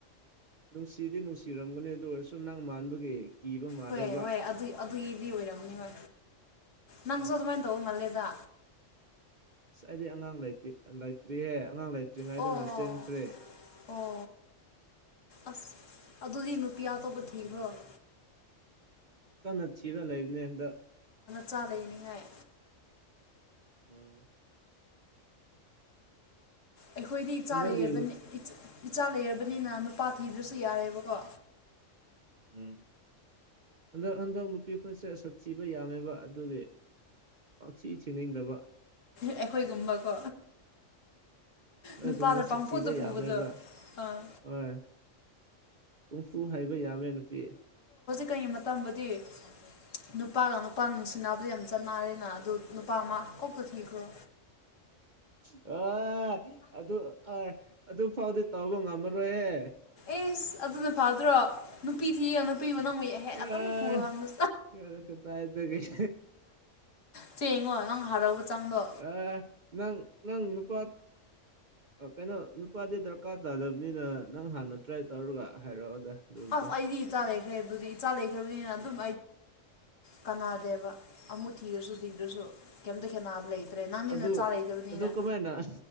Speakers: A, on the right; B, on the left.
A: ꯅꯨꯡꯁꯤꯗꯤ ꯅꯨꯡꯁꯤꯔꯝꯒꯅꯤ ꯑꯗꯨ ꯑꯣꯏꯔꯁꯨ ꯅꯪ ꯃꯥꯟꯕꯒꯤ ꯀꯤꯕ ꯃꯥꯜꯂꯦꯕ
B: ꯍꯣꯏ ꯍꯣꯏ ꯑꯗꯨ ꯑꯗꯨꯒꯤꯗꯤ ꯑꯣꯏꯔꯝꯅꯤ ꯃꯥ ꯅꯪꯁꯨ
A: ꯎꯝ
B: ꯑꯗꯨꯃꯥꯏꯅ ꯇꯧ ꯃꯥꯜꯂꯦ ꯗ
A: ꯑꯁ ꯑꯩꯗꯤ ꯑꯉꯥꯡꯇ ꯂꯩꯇ꯭ꯔꯤꯍꯦ ꯑꯉꯥꯡ ꯂꯩꯇ꯭ꯔꯤꯉꯥꯏꯗꯅ
B: ꯑꯣ
A: ꯆꯦꯟꯈ꯭ꯔꯦ <unintelligible>
B: ꯑꯣ ꯑꯁ ꯑꯗꯨꯗꯤ ꯅꯨꯄꯤ ꯑꯇꯣꯞꯄ ꯊꯤꯈ꯭ꯔꯣꯏ
A: ꯇꯅ ꯊꯤꯔ ꯂꯩꯕꯅꯦ ꯍꯟꯗ
B: ꯆꯥ ꯂꯩꯅꯤꯡꯉꯥꯏ
A: ꯎꯝ
B: ꯑꯩꯈꯣꯏꯗꯤ ꯏꯆꯥ
A: ꯍꯟꯗꯛꯀꯤ
B: ꯂꯩꯕꯅꯤ ꯏꯆꯥ ꯂꯩꯔꯕꯅꯤꯅ ꯅꯨꯄꯥ ꯊꯤꯗ꯭ꯔꯁꯨ ꯌꯥꯔꯦꯕꯀꯣ
A: ꯎꯝ ꯍꯟꯗꯛ ꯍꯟꯗꯛ ꯅꯨꯄꯤ ꯈꯨꯠꯁꯦ ꯁꯥꯊꯤꯕ ꯌꯥꯝꯃꯦꯕ ꯑꯗꯨꯒꯤ ꯑ ꯆꯤ ꯆꯤꯅꯤꯡꯗꯕ
B: ꯑꯩꯈꯣꯏꯒꯨꯝꯕꯀꯣ
A: ꯅꯣꯏꯒꯨꯝꯕꯁꯨ
B: ꯅꯨꯄꯥꯗ ꯄꯥꯡꯐꯨꯗ
A: ꯊꯤꯕ
B: ꯐꯨꯕꯗꯣ
A: ꯌꯥꯃꯦꯕ
B: ꯑꯥ
A: ꯍꯣꯏ ꯍꯨꯝꯐꯨ ꯍꯥꯏꯕ ꯌꯥꯝꯃꯦ ꯅꯨꯄꯤ
B: ꯀꯩ ꯃꯇꯝꯗꯗꯤ ꯅꯨꯄꯥꯒ ꯅꯨꯄꯥꯒ ꯅꯨꯡꯁꯤꯅꯥꯅꯕꯗ ꯌꯥꯝ ꯆꯥꯟꯅꯔꯦꯅ ꯑꯗꯨ ꯅꯨꯄꯥꯃ ꯀꯣꯛꯇ ꯊꯤꯈ꯭ꯔꯣ
A: ꯑ ꯑꯗꯨ ꯑꯗꯨ ꯐꯥꯎꯗꯤ ꯇꯧꯕ ꯉꯝꯃꯔꯣꯏꯍꯦ
B: ꯑꯦꯁ ꯑꯗꯨꯅ ꯐꯥꯗ꯭ꯔꯣ ꯅꯨꯄꯤ ꯊꯤꯔꯒ ꯅꯨꯄꯤꯕꯨ ꯅꯪꯕꯨ ꯍꯦꯛ
A: ꯑ
B: ꯑꯗꯨꯝ ꯐꯨꯍꯟꯕ
A: ꯀꯔ ꯇꯥꯏꯗ ꯀꯩ
B: ꯆ ꯌꯦꯡꯉꯣ ꯅꯪ ꯍꯔꯥꯎꯕ ꯆꯥꯡꯗꯣ
A: ꯑꯦ ꯅꯪ ꯅꯪ ꯅꯨꯄꯥ ꯀꯩꯅꯣ ꯅꯨꯄꯥꯗꯤ ꯗꯔꯀꯥꯔ ꯇꯥꯗꯕꯅꯤꯅ ꯅꯪ ꯍꯥꯟꯅ ꯇ꯭ꯔꯥꯏ ꯇꯧꯔꯒ ꯍꯥꯏꯔꯛꯑꯣꯗ ꯑꯗꯨꯕꯨꯗꯤ
B: ꯑꯁ ꯑꯩꯗꯤ ꯏꯆꯥ ꯂꯩꯈ꯭ꯔꯦꯕ ꯑꯗꯨꯗꯤ ꯏꯆꯥ ꯂꯩꯈ꯭ꯔꯕꯅꯤꯅ ꯑꯗꯨꯝ ꯀꯅꯥꯗꯕ ꯑꯃꯨ ꯊꯤꯔꯁꯨ ꯐꯗꯨꯁꯨ ꯀꯩꯝꯇ ꯈꯦꯠꯅꯕ ꯂꯩꯇ꯭ꯔꯦ ꯅꯪꯗꯤꯅ
A: ꯑꯗꯨ
B: ꯆꯥ ꯂꯩꯗꯕꯅꯤꯅ
A: ꯑꯗꯨ ꯀꯃꯥꯏꯅ